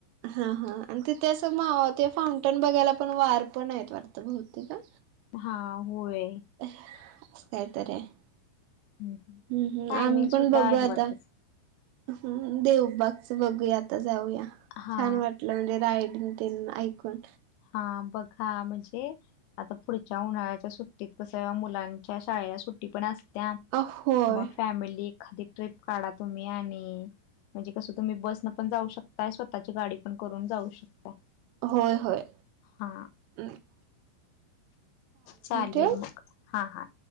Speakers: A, on the right; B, on the left.
A: हा हा आणि तिथ अस ते फाउंटन बघायला पण वार पण आहेत वाट भाहुतेक हा
B: हा होय
A: <unintelligible>
B: हम्म हम्म.
A: हम् हम्
B: टायमिंग
A: आम्ही पण
B: सुद्धा
A: बघू
B: आहे
A: आता
B: वाटतच
A: हम् देवबागच बघूया आता जाऊया
B: हा
A: छान वाटलं म्हणजे रायडिंग ते ऐकून
B: हा बघा म्हणजे आता पुढच्या उन्हाळ्याच्या सुट्टीत कसं मुलांच्या शाळेला सुट्टी पण असते त्या
A: अ होय
B: मग फॅमिली एखादी ट्रिप काढा तुम्ही आणि म्हणजे कसं तुम्ही बस न पण जाऊ शकताय स्वतःची गाडी पण करून जाऊ शकताय
A: होय होय
B: हा
A: हं <inaudible>
B: चालेल
A: ठेवू?
B: मग हां हां